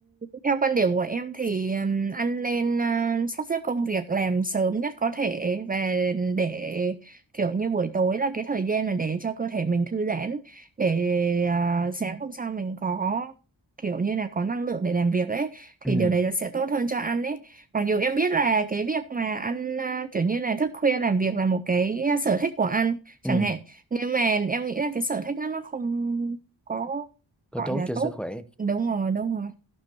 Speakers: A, on the right (about 20°); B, in the centre.
A: theo quan điểm của em thì ừm, anh nên à, sắp xếp công việc làm sớm nhất có thể và để kiểu như buổi tối là cái thời gian mà để cho cơ thể mình thư giãn để à, sáng hôm sau mình có kiểu như là có năng lượng để làm việc ấy thì
B: Ừ,
A: điều đấy nó sẽ tốt hơn cho anh ấy mặc dù em biết là cái việc mà anh à, kiểu như là thức khuya làm việc là một cái sở thích của anh chẳng
B: ừ,
A: hạn nhưng mà em nghĩ là cái sở thích đó nó không có
B: có
A: gọi
B: tốt
A: là
B: cho sức
A: tốt
B: khỏe.
A: đúng rồi đúng rồi